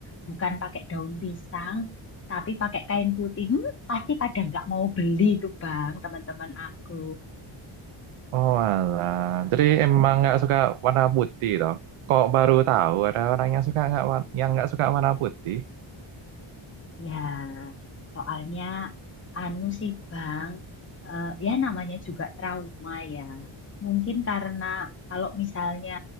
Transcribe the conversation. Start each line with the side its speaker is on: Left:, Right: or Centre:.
Left: bukan pakai daun pisang, tapi pakai kain putih, hmm, pasti pada nggak mau beli tuh Bang, teman-teman aku.
Right: Oh alah. Jadi emang nggak suka warna putih toh? Kok baru tahu ada orang yang suka nggak war- yang nggak suka warna putih?
Left: Ya, soalnya anu sih Bang, eh, ya namanya juga trauma ya. Mungkin karena kalau misalnya